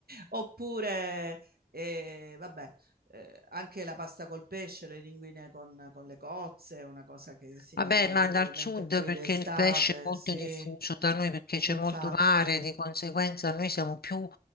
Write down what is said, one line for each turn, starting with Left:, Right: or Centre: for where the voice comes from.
Right: Oppure, eh, vabbè, eh, anche la pasta col pesce, le linguine con, con le cozze, una cosa che si
Left: Vabbè,
Right: mangia abitualmente
Left: ma dal sud
Right: qui
Left: perché
Right: d'estate,
Left: il pesce è molto
Right: sì,
Left: diffuso da noi perché c'è
Right: infatti.
Left: molto mare, di conseguenza noi siamo più